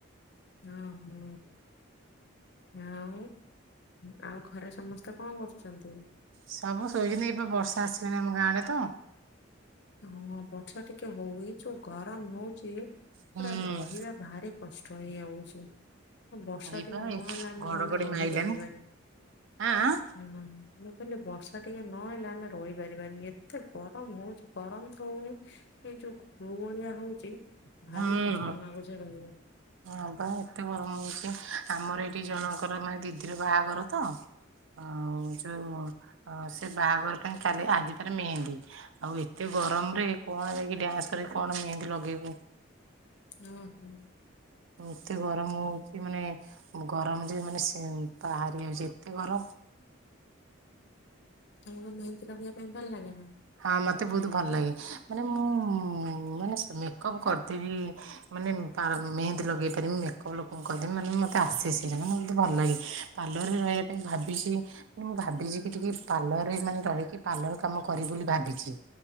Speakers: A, on the left; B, on the right.
A: ହଁ ହୋ। ଆଉ ଆଉ ଘରେ ସମସ୍ତ କଣ କରୁଛନ୍ତି?
B: ସବୁ ଶୋଇଛନ୍ତି ଏବେ ବର୍ଷା ଆସିଲାଣି ଆମ ଗାଁ ଆଡ଼େ ତ।
A: ହଁ ବର୍ଷା ଟିକେ ହଉ। ଏ ଯୋଉ ଗରମ ହଉଛି ପୁରା
B: ହୁଁ
A: ରହିବା ଭାରି କଷ୍ଟ ହେଇଯାଉଛି। ବର୍ଷା
B: ଏଇପା
A: ଟିକେ ନହେଲେ ଆମେ
B: ଘଡଘଡି
A: ନହେଲେ ରହିପାରିବାନି।
B: ମାଇଲାଣି ଆଁ ଆଁ
A: ହୁଁ। ମୁଁ କହିଲି ବର୍ଷା ଟିକେ ନହେଲେ ଆମେ ରହିପାରିବାନି। ଏତେ ଗରମ ହଉଛି। ଗରମ ତ ହଉନି, ଏଇ ଯୋଉ ଗୁଳୁଗୁଳିଆ ହଉଛି ଭାରି
B: ହୁଁ
A: କଷ୍ଟ ଲାଗୁଛି ରହିବାକୁ।
B: ହଁ ବା ଏତେ ଗରମ ହଉଛି। ଆମର ଏଇଠି ଜଣଙ୍କର ମାନେ ଦିଦିର ବାହାଘର ତ ଆଉ ଯୋଉ ସେ ବାହାଘର ପାଇଁ କାଲି ଆଜି ତାର ମେହେନ୍ଦୀ। ଆଉ ଏତେ ଗରମରେ କଣ ଯାଇକି ଡ୍ୟାନ୍ସ କରିକି କଣ ମେହେନ୍ଦି ଲଗେଇବୁ।
A: ହଁ ହୁଁ।
B: ଏତେ ଗରମ ହଉଛି ମାନେ ଗରମ ଯେ ମାନେ ବାହାରି ଯାଉଛି ଏତେ ଗରମ।
A: ତମକୁ ମେହେନ୍ଦି ଲଗେଇବା ପାଇଁ ଭଲ ଲାଗେ ନା?
B: ହଁ ମତେ ବହୁତ ଭଲ ଲାଗେ। ମାନେ ମୁଁ ମାନେ ସେ ମେକଅପ୍ କରିଦେବି ମାନେ ପା ମେହେନ୍ଦି ଲଗେଇ ପାରିବି, ମେକପ୍ ଲୋକଙ୍କୁ କରିଦେବି, ମାନେ ମତେ ଆସେ ସେଇଟା ମାନେ ମତେ ଭଲ ଲାଗେ। ପାର୍ଲରରେ ରହିବା ପାଇଁ ଭାବିଛି। ମୁଁ ଭାବିଛି କି ଟିକେ ପାର୍ଲରରେ ମାନେ ରହିକି ପାର୍ଲର କାମ କରି ବୋଲି ଭାବିଛି।